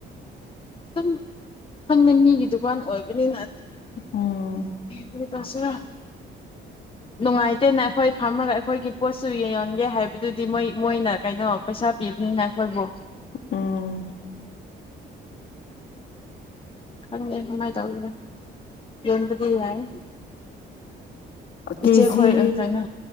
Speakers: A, on the left (about 25°); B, on the left (about 65°).
A: ꯑꯗꯨꯝ ꯈꯪꯗꯦ ꯃꯤꯒꯤ ꯗꯨꯀꯥꯟ ꯑꯣꯏꯕꯅꯤꯅ ꯑꯦ
B: ꯎꯝ
A: ꯀꯔꯤ ꯇꯥꯁꯤꯔꯥ ꯅꯨꯡꯉꯥꯏꯇꯦꯅ ꯑꯩꯈꯣꯏ ꯐꯝꯃꯒ ꯑꯩꯈꯣꯏꯒꯤ ꯄꯣꯠꯁꯨ ꯌ ꯌꯣꯟꯒꯦ ꯍꯥꯏꯕꯗꯨꯗꯤ ꯃꯣꯏ ꯃꯣꯏꯅ ꯀꯩꯅꯣ ꯄꯩꯁꯥ ꯄꯤꯕꯅꯤꯅ ꯑꯩꯈꯣꯏꯕꯨ
B: ꯎꯝ
A: ꯈꯪꯗꯦ ꯀꯃꯥꯏ ꯇꯧꯒꯦꯔꯥ ꯌꯣꯟꯕꯗꯤ ꯌꯥꯏ
B: ꯀꯦꯖꯤ
A: ꯏꯆꯦ ꯈꯣꯏ ꯀꯩꯅꯣ